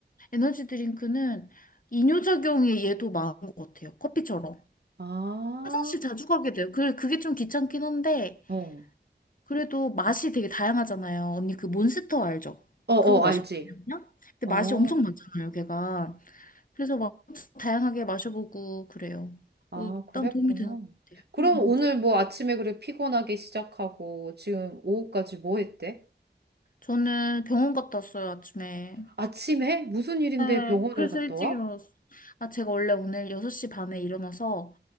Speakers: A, on the left; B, on the right.
A: 에너지 드링크는 이뇨작용이 얘도 많은 것 같아요. 커피처럼.
B: 아,
A: 화장실 자주 가게 돼요. 그, 그게 좀 귀찮긴 한데,
B: 어,
A: 그래도 맛이 되게 다양하잖아요. 언니 그 몬스터 알죠?
B: 어, 어,
A: 그거 마셨거든요.
B: 알지.
A: 근데
B: 어,
A: 맛이
B: 어,
A: 엄청 많잖아요, 걔가. 그래서 막 다양하게 마셔보고 그래요.
B: 아,
A: 어, 일단
B: 그랬구나.
A: 도움이 되는 것 같아요.
B: 그럼
A: 음.
B: 오늘 뭐 아침에 그래 피곤하게 시작하고 지금 오후까지 뭐 했대?
A: 저는 병원 갔다 왔어요, 아침에.
B: 아침에? 무슨 일인데
A: 네,
B: 병원을
A: 그래서
B: 갔다
A: 일찍
B: 와?
A: 일어났어요. 아, 제가 원래 오늘 6시 반에 일어나서